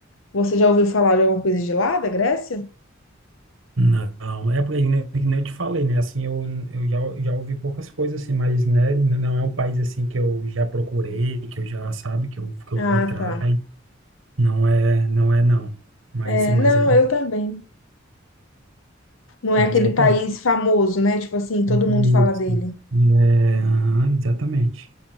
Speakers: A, on the left; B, on the right.
A: você já ouviu falar de alguma coisa de lá, da Grécia?
B: não, é porque nem que nem eu te falei, né? Assim, eu, eu já, já ouvi poucas coisas assim, mas né, não é um país assim que eu já procurei, que eu já sabe, que eu, que eu
A: Ah,
B: vou atrás.
A: tá.
B: Não é, não é não. Mas,
A: É,
B: mas
A: não,
B: é,
A: eu também. Não é
B: mas
A: aquele
B: é top.
A: país famoso, né? Tipo assim, todo
B: Isso.
A: mundo fala dele,
B: É, aham, exatamente.